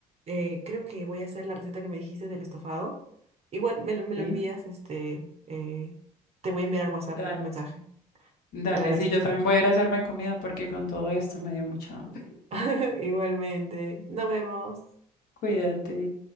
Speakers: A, on the right; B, on the left.
A: Eh, creo que voy a hacer la receta que me dijiste del estofado. Igual me lo, me lo
B: sí,
A: envías, este, eh, te voy a enviar al WhatsApp
B: dale,
A: un mensaje
B: dale,
A: para ver
B: sí,
A: si
B: yo
A: está
B: también
A: bien.
B: voy a ir a hacerme comida porque con todo esto me dio mucha hambre.
A: <laughs> Igualmente, nos vemos.
B: <laughs> Cuídate.